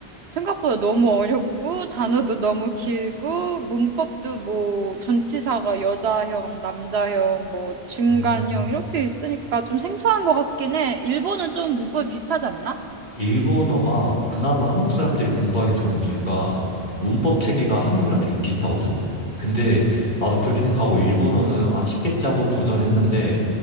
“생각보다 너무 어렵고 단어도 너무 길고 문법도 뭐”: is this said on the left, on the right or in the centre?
Right